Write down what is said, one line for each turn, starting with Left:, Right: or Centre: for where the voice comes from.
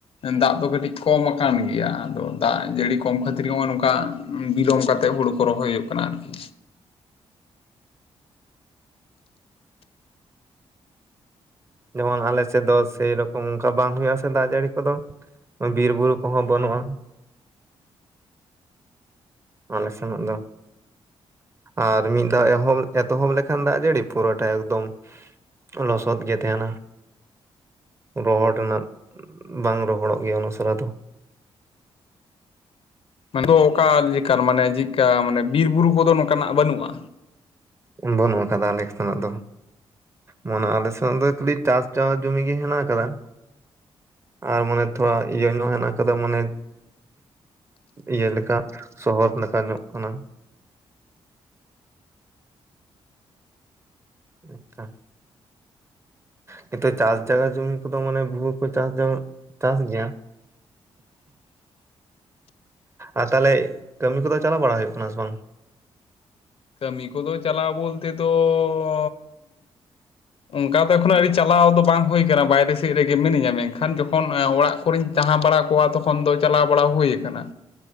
Left: ᱫᱟᱜ ᱫᱚ ᱠᱟᱹᱴᱤᱡ ᱠᱚᱢ ᱟᱠᱟᱱ ᱜᱮᱭᱟ ᱟᱫᱚ ᱫᱟᱜ ᱡᱟᱹᱲᱤ ᱠᱚᱢ ᱠᱷᱟᱹᱛᱤᱨ ᱱᱚᱜᱼᱚᱭ ᱱᱚᱝᱠᱟ ᱵᱤᱞᱚᱢ ᱠᱟᱛᱮᱜ ᱦᱩᱲᱩ ᱠᱚ ᱨᱚᱦᱚᱭ ᱦᱩᱭᱩᱜ ᱠᱟᱱᱟ ᱟᱨᱠᱤ
Right: ᱡᱮᱢᱚᱱ ᱟᱞᱮ ᱥᱮᱫ ᱫᱚ ᱥᱮᱨᱚᱠᱚᱢ ᱚᱱᱠᱟ ᱵᱟᱝ ᱦᱩᱭᱩᱜ ᱟᱥᱮ ᱫᱟᱜ ᱡᱟᱹᱲᱤ ᱠᱚᱫᱚ ᱵᱤᱨ ᱵᱩᱨᱩ ᱠᱚᱦᱚᱸ ᱵᱟᱹᱱᱩᱜᱼᱟ᱾ ᱟᱞᱮ ᱥᱮᱱᱟᱜ ᱫᱚ ᱟᱨ ᱢᱤᱫ ᱫᱷᱟᱣ ᱮᱦᱚᱵ ᱮᱛᱚᱦᱚᱵ ᱞᱮᱠᱷᱟᱱ ᱫᱟᱜ ᱡᱟᱹᱲᱤ ᱯᱩᱨᱟᱹᱴᱟ ᱮᱠᱫᱚᱢ ᱞᱚᱥᱚᱫ ᱜᱮ ᱛᱟᱦᱮᱱᱟ᱾ ᱨᱚᱦᱚᱲ ᱨᱮᱱᱟᱜ ᱵᱟᱝ ᱨᱚᱦᱚᱲᱚᱜ ᱜᱮᱭᱟ ᱩᱥᱟᱹᱨᱟ ᱫᱚ
Left: ᱟᱫᱚ ᱚᱠᱟᱞ ᱞᱮᱠᱟᱱ ᱢᱟᱱᱮ ᱪᱮᱫ ᱞᱮᱠᱟ ᱢᱟᱱᱮ ᱵᱤᱨ ᱵᱩᱨᱩ ᱠᱚᱫᱚ ᱱᱚᱝᱠᱟᱱᱟᱜ ᱵᱟᱹᱱᱩᱜᱼᱟ?
Right: ᱵᱟᱹᱱᱩᱜ ᱟᱠᱟᱫᱟ ᱟᱞᱮ ᱥᱮᱱᱟᱜ ᱫᱚ ᱢᱟᱱᱮ ᱟᱞᱮ ᱥᱮᱱᱟᱜ ᱫᱚ <inaudible> ᱪᱟᱥ ᱪᱟᱥ ᱡᱩᱢᱤ ᱜᱮ ᱦᱮᱱᱟᱜ ᱟᱠᱟᱫᱟ ᱟᱨ ᱢᱟᱱᱮ ᱛᱷᱚᱲᱟ ᱤᱭᱟᱹ ᱧᱚᱜ ᱦᱮᱱᱟᱜ ᱟᱠᱟᱫᱟ ᱢᱟᱱᱮ ᱤᱭᱟᱹ ᱞᱮᱠᱟ ᱥᱚᱦᱚᱨ ᱞᱮᱠᱟ ᱧᱚᱜ ᱠᱟᱱᱟ᱾ ᱟᱪᱪᱷᱟ ᱱᱤᱛᱚᱜ ᱪᱟᱥ ᱡᱟᱭᱜᱟ ᱡᱩᱢᱤ ᱠᱚᱫᱚ ᱢᱟᱱᱮ ᱵᱷᱩᱦᱩ ᱠᱚ ᱪᱟᱥ ᱪᱟᱥ ᱜᱮᱭᱟ
Left: <inaudible>
Right: ᱟᱨ ᱛᱟᱦᱚᱞᱮ ᱠᱟᱹᱢᱤ ᱠᱚᱫᱚ ᱪᱟᱞᱟᱣ ᱵᱟᱲᱟ ᱦᱩᱭᱩᱜ ᱠᱟᱱᱟ ᱥᱮ ᱵᱟᱝ?
Left: ᱠᱟᱹᱢᱤ ᱠᱚᱫᱚ ᱪᱟᱞᱟᱣ ᱵᱚᱞᱛᱮ ᱫᱚᱻᱚ ᱚᱱᱠᱟ ᱫᱚ ᱮᱠᱷᱚᱱᱚ ᱟᱹᱣᱨᱤ ᱪᱟᱞᱟᱣ ᱫᱚ ᱵᱟᱝ ᱦᱩᱭ ᱟᱠᱟᱱᱟ ᱵᱟᱭᱨᱮ ᱥᱮᱫ ᱨᱮᱜᱮ ᱢᱤᱱᱟᱹᱧᱟ ᱢᱮᱱᱠᱷᱟᱱ ᱡᱚᱠᱷᱚᱱ ᱚᱲᱟᱜ ᱠᱚᱨᱮᱧ ᱛᱟᱦᱮᱸ ᱵᱟᱲᱟ ᱠᱚᱣᱟ ᱛᱚᱠᱷᱚᱱ ᱫᱚ ᱪᱟᱞᱟᱣ ᱵᱟᱲᱟ ᱦᱩᱭ ᱟᱠᱟᱱᱟ᱾